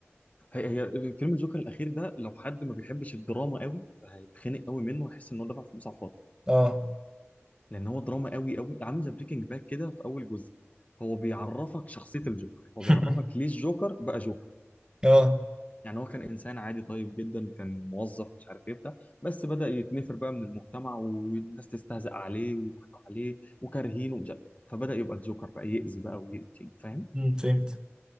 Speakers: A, on the left; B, on the right.
A: هي هي فيلم الجوكر الاخير ده لو حد ما بيحبش الدراما قوي هيتخنق قوي منه هيحس ان هو دفع فلوس على الفاضي
B: اه
A: لان هو دراما قوي قوي عامل زي بريكنج باد كده في اول جزء هو بيعرفك شخصيه الجوكر هو
B: <laughs>
A: بيعرفك ليه الجوكر بقى جوكر
B: اه
A: يعني هو كان انسان عادي طيب جدا كان موظف مش عارف ايه بتاع بس بدا يتنفر بقى من المجتمع والناس تستهزأ عليه ويضحكوا عليه وكارهينه ومش عارف. فبدا يبقى الجوكر بقى يأذي بقى ويقتل فاهم
B: أمم، فهمت